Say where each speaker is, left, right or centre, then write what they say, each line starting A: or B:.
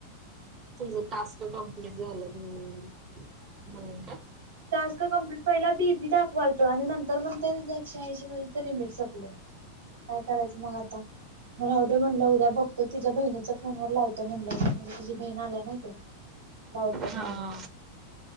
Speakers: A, on the right (about 30°); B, on the right (about 60°).
A: तुझं टास्क कमप्लीट झालं म्हणून का
B: टास्क कंप्लीट पहिला बिझी दाखवालत आणि नंतर म्हणतंय त्याचं एकशे ऐंशी मिनिटचं लिमिट संपलंय. काय करायचं मग आता म हद म्हटलं उद्या बघतो तिच्या्या बहिणीच्या फोन वर लावतो म्हणलं तुझी बहीण आल्या ना इकडे लावतो म्हणजे
A: हा